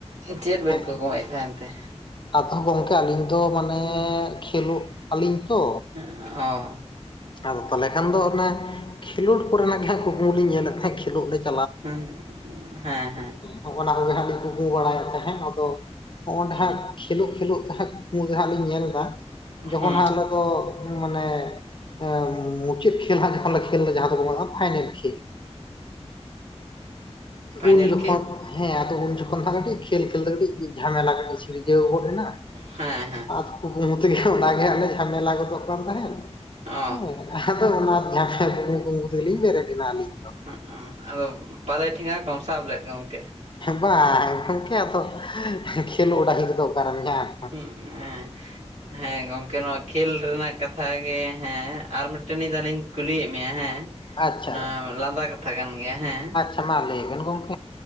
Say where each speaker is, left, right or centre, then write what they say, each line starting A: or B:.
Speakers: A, on the right; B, on the left.
A: ᱪᱮᱫ ᱵᱮᱱ
B: ᱦᱮᱸ
A: ᱠᱩᱠᱢᱩᱭᱮᱫ ᱛᱟᱦᱮᱱ ᱛᱮ?
B: ᱟᱫᱚ ᱜᱚᱝᱠᱮ ᱟᱹᱞᱤᱧ ᱫᱚ ᱢᱟᱱᱮ ᱠᱷᱮᱞᱳᱜ ᱟᱹᱞᱤᱧ ᱛᱚ
A: ᱚᱻ
B: ᱟᱫᱚ ᱛᱟᱦᱚᱞᱮ ᱠᱷᱟᱱ ᱫᱚ ᱚᱱᱟ ᱠᱷᱮᱞᱳᱰ ᱠᱚᱨᱮᱱᱟᱜ ᱜᱮ ᱦᱟᱜ ᱠᱩᱠᱢᱩ ᱞᱤᱧ ᱧᱮᱞᱮᱫ ᱛᱟᱦᱮᱸᱜ ᱠᱷᱮᱞᱳᱜ ᱞᱟᱜᱤᱜ
A: ᱦᱩᱸ ᱦᱮᱸ ᱦᱮᱸ
B: ᱦᱚᱜᱼᱱᱟ ᱠᱚᱜᱮ ᱦᱟᱸᱜ ᱞᱤᱧ ᱠᱩᱠᱩ ᱵᱟᱲᱟᱭ ᱛᱟᱦᱮᱸᱫ ᱟᱫᱚ ᱚᱰᱮ
A: ᱦᱮᱸ
B: ᱦᱟᱸᱜ ᱠᱷᱮᱞᱳᱜ ᱠᱷᱮᱞᱳᱜ ᱛᱟᱦᱮᱫ ᱠᱩᱠᱢᱩ ᱡᱟᱦᱟ ᱞᱤᱧ ᱧᱮᱞ ᱫᱟ, ᱡᱚᱠᱷᱚᱱ
A: ᱦᱮᱸ
B: ᱦᱟᱜ ᱟᱞᱮ ᱫᱚ ᱢᱟᱱᱮ <inaudible> ᱢᱩᱪᱟᱹᱫ ᱠᱷᱮᱞ ᱦᱟᱸᱜ ᱡᱮᱠᱷᱚᱱ ᱞᱮ ᱠᱷᱮᱞ ᱫᱚ ᱡᱟᱦᱟ ᱠᱚᱫᱚ ᱵᱚᱱ ᱯᱟᱭᱱᱟᱞᱠᱷᱮᱞ
A: ᱯᱷᱟᱭᱱᱮᱞ
B: ᱩᱱ ᱡᱚᱠᱷᱚᱱ
A: ᱠᱷᱮᱞ
B: ᱦᱮᱸ ᱟᱫᱚ ᱩᱱ ᱡᱚᱠᱷᱚᱱ ᱫᱚ ᱦᱟᱸ ᱠᱟᱹᱴᱤᱡ ᱠᱷᱮᱞ ᱠᱷᱮᱞ ᱛᱮ ᱠᱟᱹᱴᱤᱡ ᱡᱷᱟᱢᱮᱞᱟ ᱠᱟᱹᱴᱤᱡ ᱥᱤᱨᱡᱟᱹᱣ ᱜᱚᱫ ᱮᱱᱟ
A: ᱦᱮᱸ ᱦᱮᱸ᱾
B: ᱟᱫᱚ ᱠᱩᱠᱢᱩ ᱛᱮᱜᱮ ᱚᱸᱱᱟ ᱜᱮ ᱦᱟᱜ ᱞᱮ ᱡᱷᱟᱢᱮᱞᱟ ᱜᱚᱫᱚᱜ ᱠᱟᱱ ᱛᱟᱦᱮᱸᱫ᱾
A: ᱚ
B: ᱦᱮᱸ ᱟᱫᱚ ᱚᱱᱟ <unintelligible> ᱠᱩᱠᱢᱩ ᱠᱩᱠᱢᱩ ᱛᱮᱜᱮᱞᱤᱧ ᱵᱮᱨᱮᱫ ᱮᱱᱟ ᱟᱹᱞᱤᱧ ᱫᱚ᱾
A: ᱦᱩᱸᱜ ᱩᱸ ᱟᱫᱚ ᱯᱟᱞᱮ ᱴᱷᱮᱸᱜᱟ ᱠᱚᱢ ᱥᱟᱵ ᱞᱮᱫ ᱜᱚᱝᱠᱮ?
B: ᱵᱟᱝ ᱟ ᱜᱚᱝᱠᱮ ᱟᱫᱚ <unintelligible> ᱠᱷᱮᱞᱳᱜ ᱰᱟᱹᱦᱤ ᱨᱮᱫᱚ ᱚᱠᱟᱨᱮᱢ ᱧᱟᱢᱟ᱾
A: <unintelligible> ᱦᱮᱸ ᱜᱚᱝᱠᱮ ᱱᱚᱣᱟ᱾ ᱠᱷᱮᱞ ᱨᱮᱱᱟᱜ ᱠᱟᱛᱷᱟ ᱜᱮ ᱦᱮᱸ ᱟᱨ ᱢᱤᱫᱴᱮᱱ ᱫᱟᱞᱤᱧ ᱠᱩᱞᱤᱭᱮᱜ ᱢᱮᱭᱟ ᱦᱮᱸ᱾
B: ᱟᱪᱪᱷᱟ
A: ᱱᱚᱣᱟ ᱞᱟᱸᱫᱟ ᱠᱟᱛᱷᱟ ᱠᱟᱱ ᱜᱮᱭᱟ ᱦᱮᱸ᱾
B: ᱛᱟᱦᱟ ᱞᱟᱹᱭ ᱵᱮᱱ ᱜᱚᱝᱠᱮ᱾